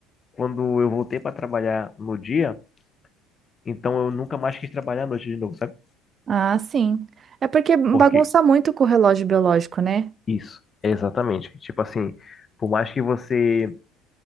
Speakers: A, on the left; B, on the right.
A: quando eu voltei para trabalhar no dia, então eu nunca mais quis trabalhar à noite de novo, sabe?
B: Ah, sim. É porque bagunça
A: Porque
B: muito com o relógio biológico, né?
A: Isso, exatamente. Tipo assim, por mais que você